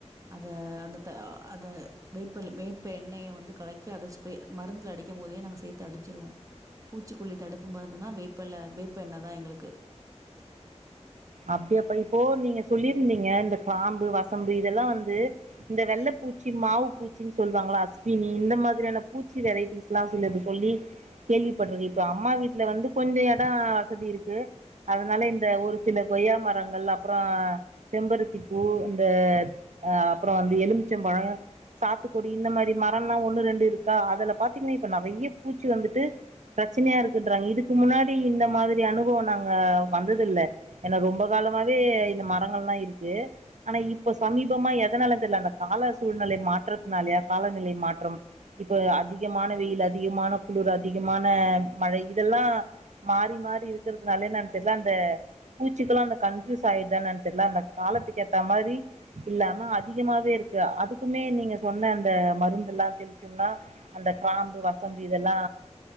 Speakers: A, on the right; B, on the right.
A: அத அந்த அத வேப்பல வேப்ப எண்ணெய வந்து கலக்கி அத ஸ்ப்ரே மருந்துல அடிக்குபோதே நாங்க சேத்து அடிச்சிருவோ பூச்சிகொல்லி தடுப்பு மருந்துனா வேப்பல வேப்ப எண்ணெ தா எங்களுக்கு
B: அப்டியாப்பா இப்போ நீங்க சொல்லிருந்தீங்க இந்த கிராம்பு வசம்பு இதெல்லா வந்து இந்த வெள்ள பூச்சி மாவு பூச்சின் சொல்லுவாங்கள அஸ்வினி இந்த மாதிரியான பூச்சி வெரைட்டிஸ்லா சிலது சொல்லி கேள்விபட்டிருக்க இப்போ அம்மா வீட்ல வந்து கொஞ்ச எடோ வசதி இருக்கு அதனால இந்த ஒரு சில கொய்யா மரங்கள் அப்றோ செம்பருத்தி பூ இந்த அப்றோ வந்து எலுமி மிச்சம் பழோ சாத்துகொடி இந்த மாரி மரல்லா ஒன்னு ரெண்டு இருக்கா அதுல பாத்தீங்னே இப்ப நெறய பூச்சி வந்துட்டு பிரச்சனையா இருக்குன்றாங் இதுக்கு முன்னாடி இந்த மாதிரி அனுபவ நாங்க வந்ததுல்ல ஏனா ரொம்ப காலமாவே இந்த மரங்கள்லா இருக்கு ஆனா இப்ப சமீபமா எதனால தெர்ல அந்த கால சூழ்நெலை மாற்றத்னாலயா காலநிலை மாற்றம் இப்ப அதிகமான வெயில் அதிகமான குளுர் அதிகமான மழை இதெல்லா மாறி மாறி இருக்கறதுனாலயா என்னன் தெர்ல அந்த பூச்சிகளு அந்த கன்ஃயூஸ் ஆயிடுதா என்னன் தெர்ல அந்த காலத்துக் ஏத்த மாரி இல்லாம அதிகமாவே இருக்கு அதுக்குமே நீங்க சொன்ன அந்த மருந்துலா தெளிச்சம்னா அந்த கிராம்பு வசம்பு இதெல்லா